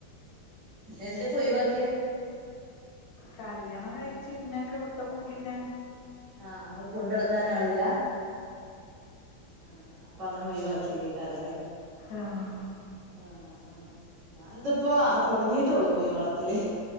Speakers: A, on the right; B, on the left.
A: എന്തേ ഇപ്പ ഒയിവാക്കിയെ
B: കല്യാണം കയിച്ച് ഇന്നൊക്കെ വിട്ടപ്പോ പിന്നെ
A: ആഹ് അത് കൊണ്ടടക്കാൻ ആളില്ല ആഹ് അപ്പ അങ്ങനെ ഒയിവാക്കിയെ തേക്കാരം ല്ലേ
B: ആഹ്
A: ആഹ് ആഹ് ഞാനിതപ്പോ ആഹ് തൊടങ്ങിട്ടുള്ളൂ കോയി വളത്തല്